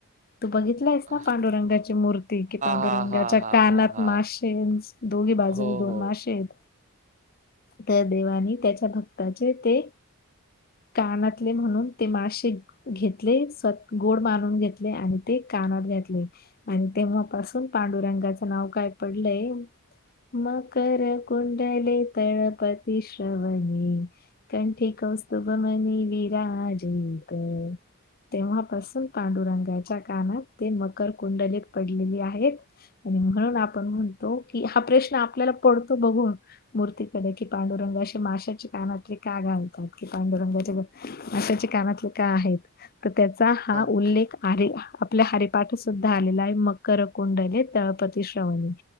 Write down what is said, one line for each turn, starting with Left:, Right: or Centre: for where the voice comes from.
Left: तू बघित तलास
Right: हां,
Left: पांडुरंगाची मूर्ती कि पांडुरंगाच्या
Right: हां, हां, हां,
Left: कानात
Right: हां, हां.
Left: माशे दोघही बाजू
Right: हो,
Left: दोन
Right: हो.
Left: मासे आहेत
Right: <unintelligible>
Left: तर देवानी त्याच्या भक्ताचे ते कानातले म्हणून ते मासे घेतले तर गोड मानून घेतले आणि ते कानात घातले. आणि तेव्हापासून पांडुरंगाचं नाव काय पडलंय? मकर कुडले तळपती श्रवणी कंठी कौतुभमनी विराजित. तेव्हापासून पांडुरंगाच्या कानात ते मकर कुंडलीत पडलेली आहेत. आणि म्हणून आपण म्हणतो की हा प्रश्न आपल्याला पडतो बघून. मूर्ती कडे की पांडुरंग असे माशाच्या कानातले का घालतात की पांडुरंगाचे माशाचे कानातले का आहेत तर त्याचा हा
Right: हां,
Left: उल्लेख हरे आपल्या हरिपाठ सुद्धा आलेला आहे मकर कुंडले तळपती श्रवणी